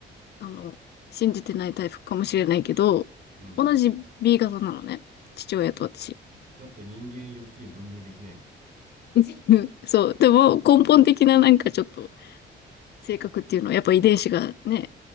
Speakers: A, on the left (about 55°); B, on the right (about 40°).
A: あの、信じてないタイプかもしれないけど、
B: うん。
A: 同じ B 型なのね。父親と私。
B: だって人間4つに分類できないもん。
A: <laughs> そう。でも、根本的ななんかちょっと、性格っていうのは、やっぱ遺伝子がね、